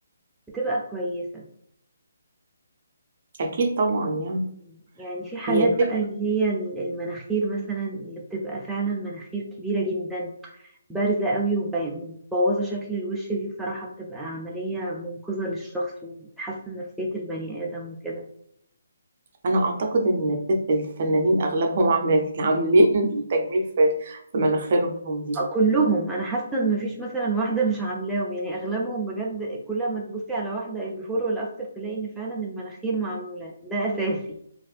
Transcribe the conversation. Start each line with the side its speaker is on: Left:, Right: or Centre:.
Centre: بتبقى كويسة
Right: اكيد طبعا يعني
Centre: مم. يعني في حالات
Right: هي الفكرة
Centre: بقى اللي هي المناخير مثلا اللي بتبقى فعلا مناخير كبيرة جدا بارزة قوي ومبوظة شكل الوش دي بصراحة بتبقى عملية منقذة للشخص وبتحسن نفسية البني آدم وكده
Right: انا اعتقد ان الفنانين اغلبهم <laughs> عامل- عاملين التجميل في في مناخيرهم دي
Centre: آه، كلهم أنا حاسة إن مفيش مثلا واحدة مش عاملاهم يعني أغلبهم بجد كل ما تبصي على واحدة البيفور والأفتر تلاقي إن فعلا المناخير معمولة ده أساسي